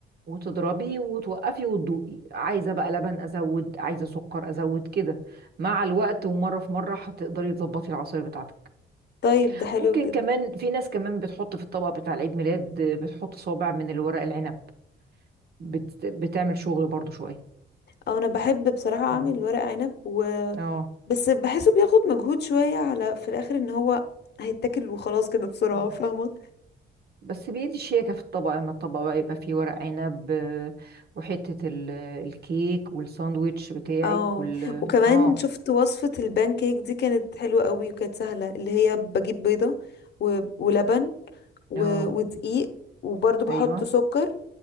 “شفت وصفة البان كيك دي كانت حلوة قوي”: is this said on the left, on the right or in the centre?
Left